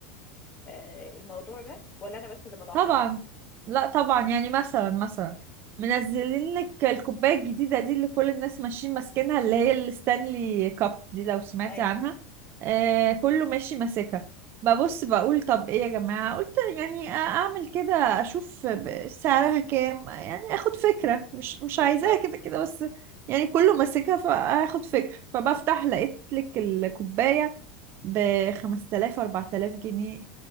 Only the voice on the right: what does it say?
طبعا لا طبعا يعني مثلا مثلا منزلين
لك الكوبايه الجديده دي اللي كل الناس ماشيين ماسكينها اللي هي الستانلي كاب دي لو سمعتي
عنها آه كله ماشي ماسكها ببص بقول طب ايه يا جماعه قلت يعني اعمل كده اشوف ب- سعرها كام يعني اخد فكره مش مش
عايزاها كده كده بس يعني كله ماسكها فاخد فكره فبفتح لقيت لك الكوبايه ب 5000 4000 جنيه